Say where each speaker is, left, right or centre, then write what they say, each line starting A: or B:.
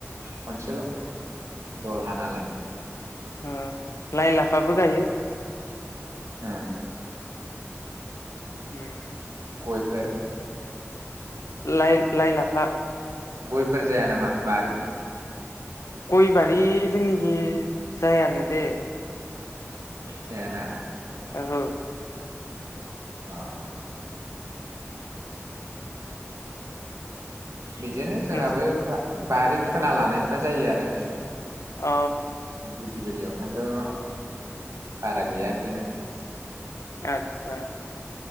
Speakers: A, on the right; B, on the left.
A: खनसेल' द'लहा नालाय
B: उम लाइ लाफाबो गायो।
A: उम
B: उम
A: गयफोर
B: लाइ लाइ लाफा
A: गयफोर जाया नामा बारि
B: गयबारि जोंनिखै जायानो दे।
A: जायाना
B: ओहो
A: ओ बिदिनो जोंनाबो
B: नोंसि
A: बारि खोना लानाय दा जायो आरो
B: औ
A: गुदि गुदियाव खायनोथ' बारा गैया बिदिनो
B: आतदा